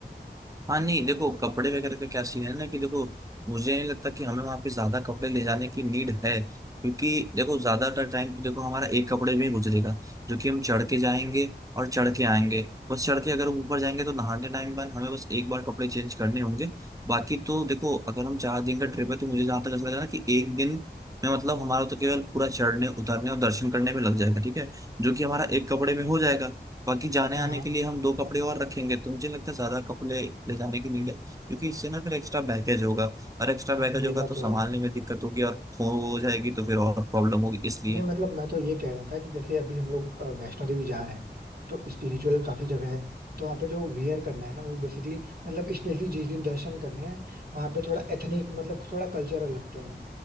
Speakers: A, on the right; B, on the right.
A: हाँ नहीं देखो कपड़े वगैरह का क्या सीन है ना कि देखो मुझे नहीं लगता कि हमें वहाँ पे ज्यादा कपड़े ले जाने की नीड है क्योंकि देखो ज्यादातर टाइम तो देखो हमारा एक कपड़े में ही गुजरेगा जो कि हम चढ़ के जाएंगे और चढ़ के आएंगे बस चढ़ के अगर हम ऊपर जाएंगे तो नहाने टाइम बाद हमें बस एक बार कपड़े चेंज करने होंगे बाकी तो देखो अगर हम चार दिन का ट्रिप है तो मुझे जहाँ तक ऐसा लग रहा है कि एक दिन में मतलब हमारा तो केवल पूरा चढ़ने उतरने और दर्शन करने में लग जाएगा ठीक है जो कि हमारा एक कपड़े में हो जाएगा बाकी जाने
B: हाँ
A: आने
B: हाँ
A: के लिए हम दो कपड़े और रखेंगे तो मुझे लगता है ज्यादा कपड़े ले जाने की नीड है क्योंकि इससे ना फिर एक्स्ट्रा बैगेज होगा और एक्स्ट्रा
B: हाँ,
A: बैगेज
B: ये
A: होगा
B: बात
A: तो
B: तो
A: संभालने
B: है
A: में दिक्कत होगी और खो हो जाएगी तो फिर और प्रॉब्लम होगी इसलिए
B: नहीं मतलब मैं तो ये कह रहा था कि जैसे अभी हम लोग अ, वैष्णो देवी जा रहे हैं तो स्पिरिचुअल काफी जगह है तो वहाँ पे जो वेयर करना है ना वो बेसिकली मतलब स्पेशली जिस दिन दर्शन करने हैं वहाँ पे थोड़ा एथनिक मतलब थोड़ा कल्चरल लगते हैं